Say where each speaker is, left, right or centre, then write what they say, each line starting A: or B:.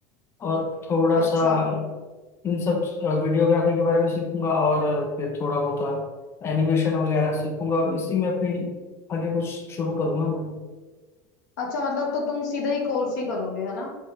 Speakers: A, on the left; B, on the left.
A: और थोड़ा
B: अच्छा
A: सा इन सब वीडियोग्राफी के बारे में सीखूंगा और फिर थोड़ा बहुत एनिमेशन वगैरह सीखूंगा और इसी में अपनी आगे कुछ शुरू करूंगा मैं
B: अच्छा मतलब तो तुम सीधा ही कोर्स ही करोगे है ना